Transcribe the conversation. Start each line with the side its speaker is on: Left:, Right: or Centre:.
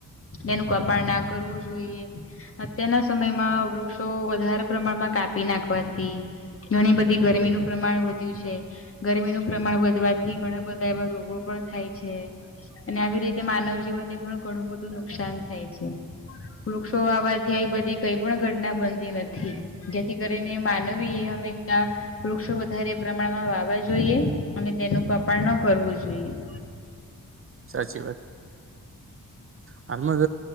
Left: એનું કપાણ ના કરવું જોઈએ અત્યારના સમયમાં વૃક્ષો વધારે પ્રમાણમાં કાપી નાખવાથી ઘણી બધી ગરમીનું પ્રમાણ વધ્યું છે ગરમીનુંું પ્રમાણ વધવાથી ઘણા બધા એવા રોગો પણ થાય છે અને આવી રીતે માનવ જીવનને પણ ઘણું બધું નુકસાન થાય છે વૃક્ષો વાવાથી આવી બધી કઈ પણ ઘટના બનતી નથી જેથી કરીને માનવી એ હંમેશા વૃક્ષો વધારે પ્રમાણમાં વાવા જોઈએ અને તેનું ક ન કરવું જો <inaudible>
Right: સાચી વાત હાલમાં